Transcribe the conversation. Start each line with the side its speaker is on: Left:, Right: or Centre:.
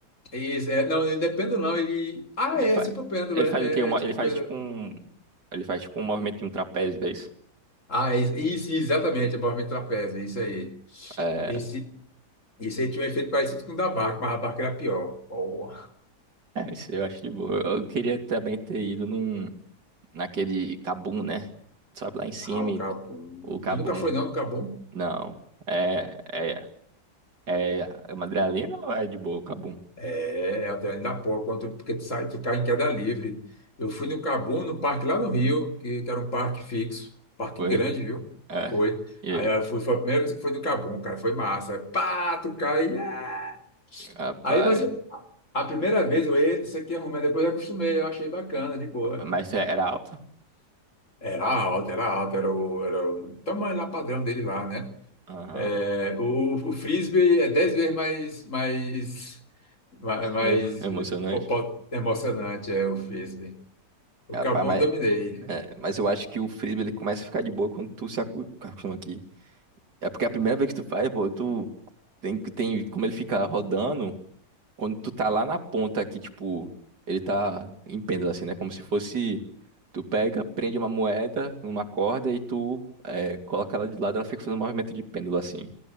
Left: é isso, é, não, não é pêndulo, não. Ele. Ah,
Right: Ele
Left: é,
Right: faz,
Left: tipo um pêndulo,
Right: ele
Left: é,
Right: faz o quê? Uma-
Left: é, é tipo
Right: Ele faz
Left: um pêndulo.
Right: tipo um... Ele faz tipo um movimento de um trapézio, é isso?
Left: Ah, é isso, isso, exatamente, é movimento trapézio, isso aí.
Right: É.
Left: Esse, esse aí tinha um efeito parecido com o da barca, mas a barca era pior. Porra,
Right: É, isso eu acho de boa. Eu queria também ter ido num, naquele Cabum, né? Sabe lá em cima,
Left: ah, o
Right: e-
Left: cabum.
Right: o Cabum.
Left: Tu nunca foi, não, no cabum?
Right: Não. É, é, é, é uma adrenalina ou é de boa o Cabum?
Left: É, é ainda pô, quanto, porque tu sai, tu cai em queda livre. Eu fui no Cabum, no parque lá no Rio, que, que era um parque fixo, parque
Right: Foi?
Left: grande, viu?
Right: É.
Left: Foi.
Right: E
Left: Aí
Right: aí?
Left: eu fui, foi a primeira vez que foi no Cabum, cara, foi massa. Pá, tu cai. ah!
Right: Rapaz.
Left: Aí, mas a a primeira vez eu ia- isso aqui arrumei, depois eu acostumei, eu achei bacana, de boa.
Right: Mas é- era alto?
Left: Era alto, era alto, era o, era o tamanho lá padrão dele lá, né?
Right: Aham.
Left: É, o, o frisbee é dez vezes mais, mais, ma- mais,
Right: Em- Emocionante.
Left: po- po- emocionante, é o frisbee. O
Right: Rapaz,
Left: Cabum
Right: mas,
Left: dominei.
Right: é, mas eu acho que o frisbee ele começa a ficar de boa quando tu se acu- acostuma aqui. É porque é a primeira vez que tu faz, pô, tu tem, tem como ele fica rodando. quando tu tá lá na ponta que, tipo, ele tá em pêndulo, assim, né? Como se fosse. Tu pega, prende uma moeda numa corda e tu é, coloca ela de lado, ela fica fazendo um movimento de pêndulo, assim.